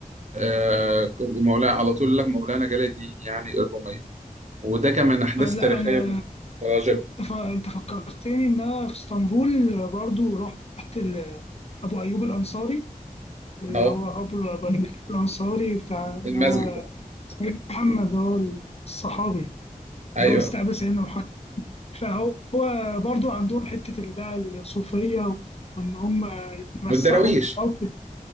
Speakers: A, on the right (about 50°); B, on the left (about 45°).
A: آه، مولانا على طول لك مولانا جلال الدين يعني الرومية وده كان من أحداث
B: فلا
A: تاريخية
B: أنا
A: من الرجل
B: أنت ف- أنت فكرتني إن أنا في اسطنبول برضو رحت ال- أبو أيوب الأنصاري اللي
A: أه
B: هو أبو أبو الأنصاري بتاع اللي
A: المسجد
B: هو سيدنا محمد هو الصحابي
A: أيوه
B: اللي هو استقبل سيدنا محمد فهو برضو عندهم حتة ال- بقى الصوفية وإن هم مسحوا
A: والدراويش
B: في القبر